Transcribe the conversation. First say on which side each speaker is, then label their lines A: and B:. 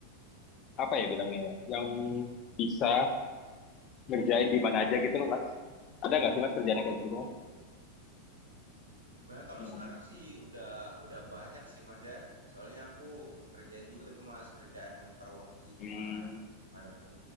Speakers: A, on the left (about 35°); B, on the right (about 75°).
A: apa ya bilangnya, ya, yang bisa ngerjain di mana aja gitu loh Mas. Ada nggak
B: Oh
A: sih Mas kerjaan yang kayak gitu?
B: gitu.
A: Mas?
B: Sebenarnya kalau
A: Hmm,
B: sekarang sih udah udah banyak sih Mas ya. Soalnya aku ngerjain juga tuh Mas kerjaan yang paruh waktu gitu
A: hmm,
B: Mas. Manapun